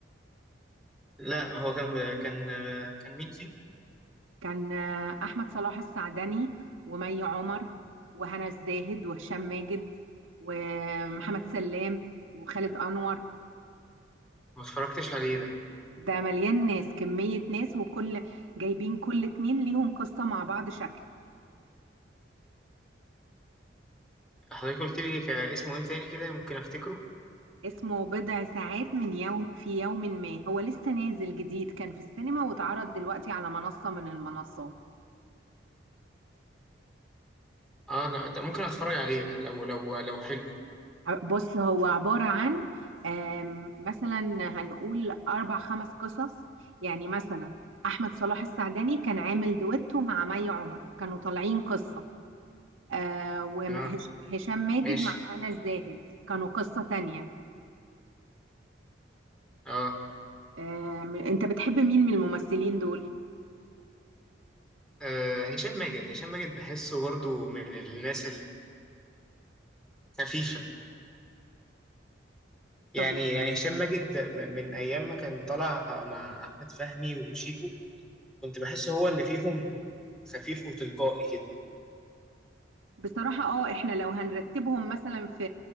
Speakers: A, in the centre; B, on the right.
A: لا هو كان كان آه، كان مين فيه؟
B: كان آه، احمد صلاح السعدني ومي عمر وهنا الزاهد وهشام ماجد ومحمد سلام وخالد انور
A: ما اتفرجتش عليه ده
B: ده مليان ناس كمية ناس وكل جايبين كل اتنين ليهم قصة مع بعض شكل
A: حضرتك قلت لي ك- اسمه ايه تاني كده ممكن افتكره
B: اسمه بضع ساعات من يوم في يوم ما هو لسه نازل جديد كان في السينما واتعرض دلوقتي على منصة من المنصات
A: اه انا ممكن اتفرج عليه لو لو لو حلو
B: ع- بص هو عبارة عن آم، مثلا هنقول أربع خمس قصص يعني مثلا أحمد صلاح السعدني كان عامل دويتو مع مي عمر كانوا طالعين قصة آه، وهشام
A: اه
B: ماجد
A: ماشي
B: مع هنا الزاهد كانوا قصة تانية
A: اه
B: آم، انت بتحب مين من الممثلين دول
A: آه، هشام ماجد هشام ماجد بحسه برضه من الناس الخفيفة يعني
B: طب و-
A: يعني هشام ماجد م- من أيام ما كان طالع مع أحمد فهمي وشيكو كنت بحسه هو اللي فيهم خفيف وتلقائي كده
B: بصراحة اه احنا لو هنرتبهم مثلا في